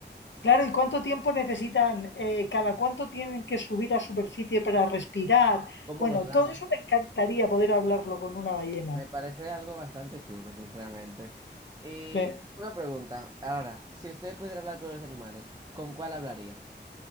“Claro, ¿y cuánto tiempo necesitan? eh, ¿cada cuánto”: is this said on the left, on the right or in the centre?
Left